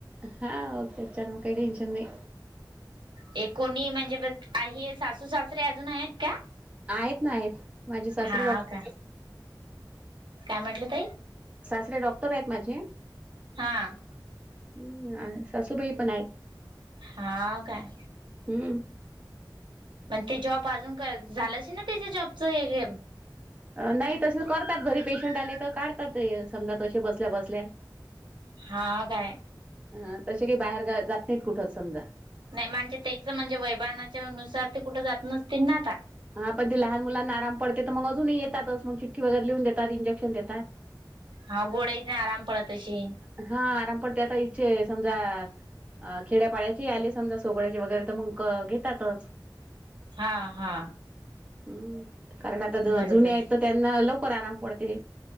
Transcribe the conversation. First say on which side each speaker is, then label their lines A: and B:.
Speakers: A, on the right; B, on the right.
A: हां त्याच्यानं मग काही टेन्शन नाही.
B: एक कोणी म्हणजे आहे सासू सासरे अजून आहेत. का
A: आहेत ना आहेत माझे सासरे
B: हा
A: डॉक्टर
B: का
A: आहेत.
B: काय म्हटला ताई
A: सासरे डॉक्टर आहेत माझे.
B: हां.
A: हम्म सासूबाई पण आहेत.
B: हां काय
A: हम्म.
B: पण ते जॉब अजून काय झालंस ना त्याच्या जॉबच हे
A: नाही तसे करतात घरी पेशंट आले तर काढतात हे समजा तसे बसल्या बसल्या.
B: हां काय.
A: हां तसे काही बाहेर गा जात नाहीत कुठंच समजा.
B: नाही म्हणजे त्याच म्हणजे वैमानाच्या नुसार ते कुठं जात नसतील ना आता?
A: हां पण ते लहान मुलांना आराम पडते तर मग अजूनही येतातच मग चिठ्ठी वगैरे लिहून देतात इंजेक्शन देतात.
B: हां गोळ्या नी आराम पडत अशीन.
A: हां आराम पडतय आता इचे समजा अ खेड्यापाड्याची आले समजा सोगड्याचे वगैरे तर मग घेतातच.
B: हा हा
A: हम्म कारण आता
B: बरोबर
A: जुने आहेत
B: आहे
A: तर त्यांना लवकर आराम पडते.